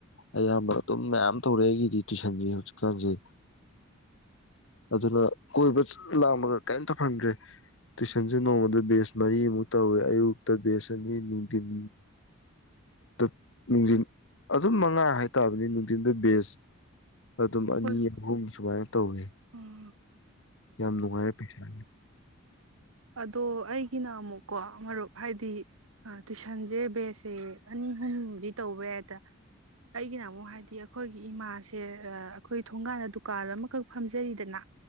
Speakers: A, on the left (about 65°); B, on the right (about 80°).
A: ꯑꯌꯥꯝꯕ ꯑꯗꯨꯝ ꯃꯌꯥꯝ ꯇꯧꯔꯦ ꯑꯩꯒꯤꯗꯤ ꯇꯨꯏꯁꯟꯖꯦ ꯍꯧꯖꯤꯛꯀꯥꯟꯖꯦ ꯑꯗꯨꯅ ꯀꯣꯏꯕ ꯆꯠ ꯂꯥꯡꯕꯒ ꯀꯩꯝꯇ ꯐꯪꯗ꯭ꯔꯦ ꯇꯨꯏꯁꯟꯖꯦ ꯅꯣꯡꯃꯗ ꯕꯦꯁ ꯃꯔꯤꯃꯨꯛ ꯇꯧꯋꯦ ꯑꯌꯨꯛꯇ ꯕꯦꯁ ꯑꯅꯤ ꯅꯨꯡꯗꯤꯟ ꯗ ꯅꯨꯡꯗꯤꯟ ꯑꯗꯨꯝ ꯃꯉꯥ ꯍꯥꯏꯇꯕꯅꯤ ꯅꯨꯡꯗꯤꯟꯗ ꯕꯦꯖ ꯑꯗꯨꯝ ꯑꯅꯤ
B: ꯍꯣꯏ
A: ꯑꯍꯨꯝ ꯁꯨꯃꯥꯏꯅ ꯇꯧꯏ
B: ꯎꯝ
A: ꯌꯥꯝ ꯅꯨꯡꯉꯥꯏꯔꯦ ꯄꯩꯁꯥ
B: ꯑꯗꯣ ꯑꯩꯒꯤꯅ ꯑꯃꯨꯛ ꯀꯣ ꯃꯔꯨꯞ ꯍꯥꯏꯗꯤ ꯑ ꯇꯨꯏꯁꯟꯖꯦ ꯕꯦꯁꯁꯦ ꯑꯅꯤ ꯑꯍꯨꯝꯗꯤ ꯇꯧꯕ ꯌꯥꯏꯗ ꯑꯩꯒꯤꯅ ꯑꯃꯨꯛ ꯍꯥꯏꯗꯤ ꯑꯈꯣꯏꯒꯤ ꯏꯃꯥꯁꯦ ꯑꯩꯈꯣꯏ ꯊꯣꯡꯒꯥꯟꯗ ꯗꯨꯀꯥꯟ ꯑꯃꯈꯛ ꯐꯝꯖꯩꯗꯅ